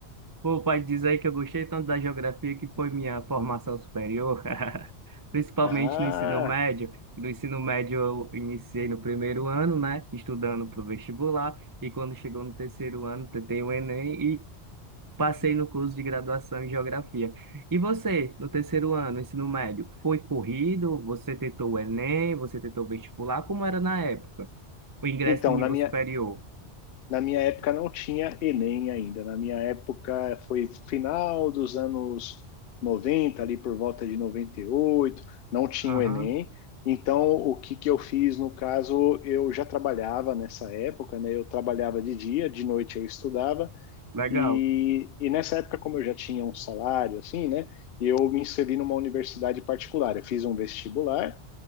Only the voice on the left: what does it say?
Ah,
então,
na minha,
na minha época não tinha Enem ainda. Na minha época foi final dos anos 90 ali por volta de 98, não tinha
o Enem. Então, o que que eu fiz no caso, eu já trabalhava nessa época, né? Eu trabalhava de dia, de noite eu estudava,
E, e nessa época, como eu já tinha um salário, assim, né? Eu me inscrevi numa universidade particular. Eu fiz um vestibular,